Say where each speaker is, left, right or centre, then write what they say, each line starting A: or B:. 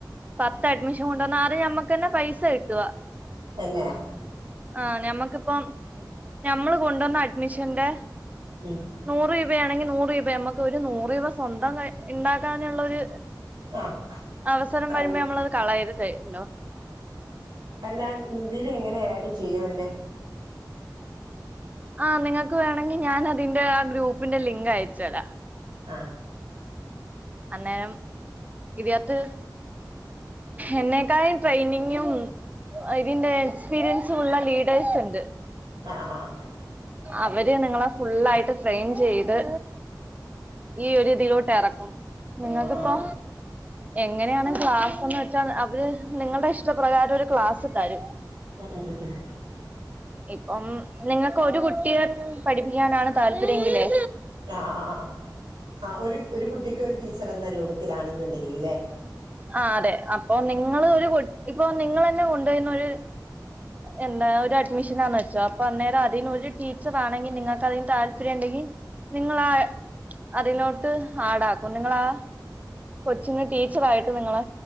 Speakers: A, on the right; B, on the right.
A: പത്ത് അഡ്മിഷൻ കൊണ്ടു വന്നാല് ആദ്യം ഞമ്മക്ക് തന്നെ പൈസ കിട്ടുക
B: തന്നെ
A: ആഹ് ഞമ്മക്പ്പം
B: <unintelligible>
A: ഞമ്മള് കൊണ്ടു വന്ന അഡ്മിഷന്റെ
B: ഉം
A: നൂറുരൂപയാണെങ്കിൽ നൂറ് രൂപ നമുക്ക് ഒരു നൂറ് രൂപ സ്വന്തം കൈ ഇണ്ടാക്കാനുള്ള ഒരു
B: ആഹ്
A: അവസരം
B: കഴി
A: വരുമ്പോ നമ്മളത് കളയരു ത് ല്ലോ
B: അല്ലാം ഇതിൽ എങ്ങനെ ആഡ് ചെയ്യുംന്നെ
A: ആ നിങ്ങൾക്ക് വേണങ്കിൽ ഞാനതിന്റെ ആ ഗ്രൂപ്പിന്റെ ലിങ്ക് അയച്ചരാം
B: ആഹ്
A: അന്നേരം ഇതിനകത്ത് എന്നെക്കായും ട്രെയിനിങ്ങും ഇതിന്റെ എക്സ്പീരിയൻസുമുള്ള ലീഡേഴ്സ് ഉണ്ട്
B: ആഹ് ആഹ്
A: അവര് നിങ്ങളെ ഫുള്ളായിട്ട് ട്രെയിൻ ചെയ്ത് ഈ ഒരിതിലോട്ട് ഇറക്കും
B: ആഹ്
A: നിങ്ങക്കിപ്പോ
B: ആഹ് ആഹ് ആഹ്
A: എങ്ങനെയാണ് ക്ലാസ്ന്ന് വെച്ചാൽ അവര് നിങ്ങളുടെ ഇഷ്ടപ്രകാരം ഒരു ക്ലാസ്സ് തരും
B: ഉം ഉം ഉം ഉം
A: ഇപ്പം നിങ്ങക്ക് ഒരു കുട്ടിയെ പഠിപ്പിക്കാനാണ് താല്പര്യങ്കിലേ
B: ആ ആ ആ ആ ആ ആ ഒരു ഒരു കുട്ടിക്ക് ഒരു ടീച്ചർ എന്ന രൂപത്തിലാണെന്നുണ്ടെങ്കിലേ
A: ആഹ് അതെ അപ്പൊ നിങ്ങള് ഒരു കു ഇപ്പൊ നിങ്ങള് തന്നെ കൊണ്ടുപോയിന്നൊരു എന്താ ഒരു അഡ്മിഷൻാന്ന് വെച്ചോ അപ്പൊ അന്നേരം അതിനൊരു ടീച്ചർ ആണെങ്കി നിങ്ങക്ക് അതിന് താല്പര്യം ഉണ്ടെങ്കി നിങ്ങളാ അതിലോട്ട് ആടാക്കും നിങ്ങളാ കൊച്ചിങ് ടീച്ചർ ആയിട്ട് നിങ്ങളെ